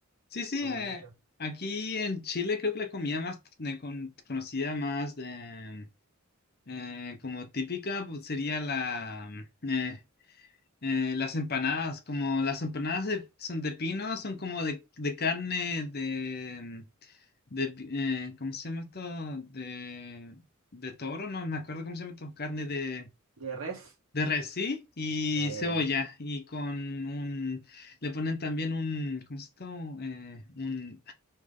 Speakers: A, on the left (about 50°); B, on the right (about 70°).
A: Sí, sí,
B: comer
A: eh,
B: mucho.
A: aquí en Chile creo que la comida más eh, con- conocida, más de, eh, como típica, pues sería la, eh, eh, las empanadas. Como las empanadas de- son de pino, son como de, de carne, de, de pi- eh, ¿cómo se llama esto? De, de toro, no me acuerdo cómo se llama esto, carne de,
B: ¿De res?
A: de res, sí, y
B: Ya, ya,
A: cebolla,
B: ya.
A: y con un, le ponen también un, ¿cómo se llama esto? Eh, un